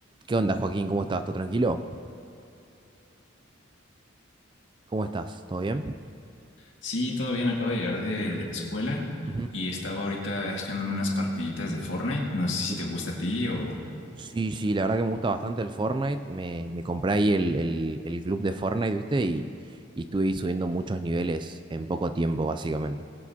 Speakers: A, on the right (about 25°); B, on the left (about 65°).
A: ¿Qué onda, Joaquín? ¿Cómo estás? ¿Todo tranquilo? ¿Cómo estás? ¿Todo bien?
B: Sí, todo bien, acabo de llegar de, de la escuela
A: Ujú.
B: y estaba ahorita echándome unas partiditas de Fortnite. No sé si
A: Uf.
B: te gusta a ti o,
A: Sí, sí, la verdad que me gusta bastante el Fortnite. Me, me compré ahí el, el- el club de Fortnite, ¿viste? Y, y estuve ahí subiendo muchos niveles en poco tiempo, básicamente.